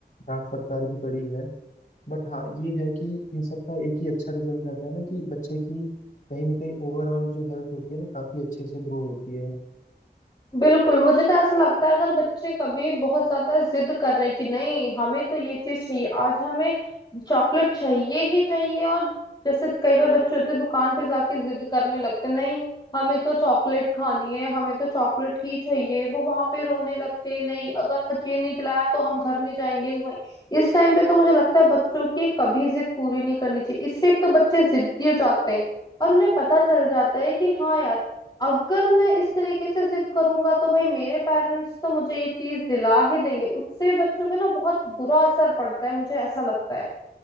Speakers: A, on the left; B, on the left.
A: डांट फटकार भी पड़ी है बट हाँ ये है कि इन सब का एक ही अच्छा रिजल्ट रहता है ना कि बच्चे की कहीं ना कहीं ओवरऑल जो हेल्थ होती है ना काफी अच्छे से ग्रो होती है
B: बिल्कुल मुझे तो ऐसा लगता है अगर बच्चे कभी बहुत ज्यादा जिद कर रहे हैं कि नहीं हमें तो ये चीज चाहिए आज हमें चॉकलेट चाहिए ही चाहिए और जैसे कई बार बच्चे होते हैं दुकान पे जाके जिद करने लगते हैं, नहीं हमें तो चॉकलेट खानी है हमें तो चॉकलेट ही चाहिए वो वहां पे रोने लगते हैं नहीं अगर आज ये नहीं दिलाया तो हम घर नहीं जाएंगे वही इस टाइम पे तो मुझे लगता है बच्चों की कभी जिद पूरी नहीं करनी चाहिए इससे एक तो बच्चे जिद्दी हो जाते हैं और उन्हें पता चल जाता है कि हाँ यार अगर मैं इस तरीके से जिद करूंगा तो भाई मेरे पेरेंट्स तो मुझे ये चीज दिला ही देंगे उससे बच्चों पे ना बहुत बुरा असर पड़ता है मुझे ऐसा लगता है